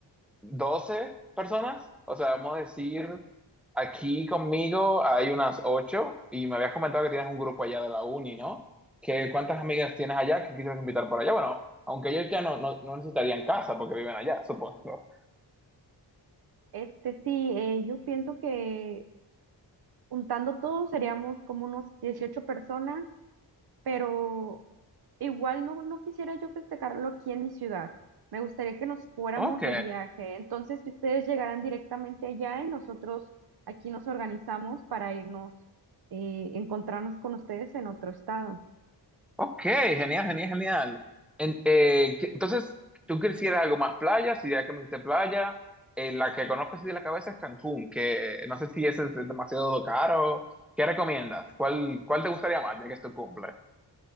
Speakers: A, in the centre; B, on the right (about 60°).
A: 12 personas. O sea, vamos a decir, aquí conmigo hay unas 8 y me habías comentado que tienes un grupo allá de la uni, ¿no? ¿Qué, cuántas amigas tienes allá que quisieras invitar por allá? Bueno, aunque ellos ya no, no, no necesitarían casa porque viven allá, supongo.
B: Este sí, eh, yo pienso que Juntando todos seríamos como unos 18 personas, pero igual no, no quisiera yo festejarlo aquí en mi ciudad. Me gustaría que nos fuéramos
A: Ok.
B: de viaje, entonces que ustedes llegaran directamente allá y nosotros aquí nos organizamos para irnos, eh, encontrarnos con ustedes en otro estado.
A: Ok, genial, genial, genial. En- eh, que- entonces, tú quisieras algo más playa, si ya que me dijiste playa, eh, la que conozco así de la cabeza es Cancún, que no sé si ese es demasiado caro. ¿Qué recomiendas? ¿Cuál, cuál te gustaría más, ya que es tu cumple?